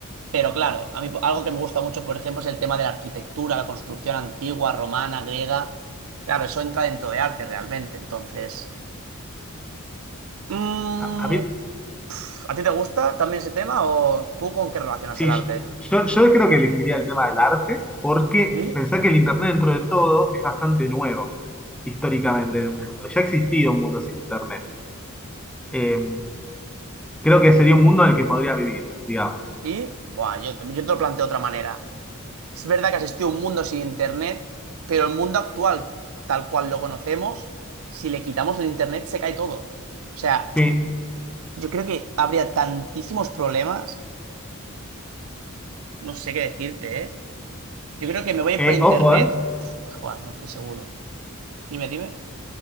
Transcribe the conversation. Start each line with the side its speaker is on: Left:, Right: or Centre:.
Right: Pero claro, a mí algo que me gusta mucho, por ejemplo, es el tema de la arquitectura, la construcción antigua, romana, griega. Claro, eso entra dentro de arte realmente. Entonces, mm,
Centre: A, a mí,
Right: pf, ¿a ti te gusta también ese tema o tú con qué relacionas
Centre: sí,
Right: el arte?
Centre: yo, yo creo que elegiría el tema del arte, porque
Right: Sí,
Centre: pensá que el internet dentro de todo es bastante nuevo, históricamente en el mundo. Ya ha existido un mundo sin internet. Eh, creo que sería un mundo en el que podría vivir, digamos.
Right: sí. Buah, yo, yo te lo planteo de otra manera. Es verdad que asistió a un mundo sin internet, pero el mundo actual, tal cual lo conocemos, si le quitamos el internet se cae todo. O sea,
Centre: Sí,
Right: yo creo que habría tantísimos problemas, no sé qué decirte, ¿eh? Yo creo que me voy a ir
Centre: Eh,
Right: por internet.
Centre: ojo, ¿eh?
Right: Uf, Joder, no estoy seguro. Dime, dime.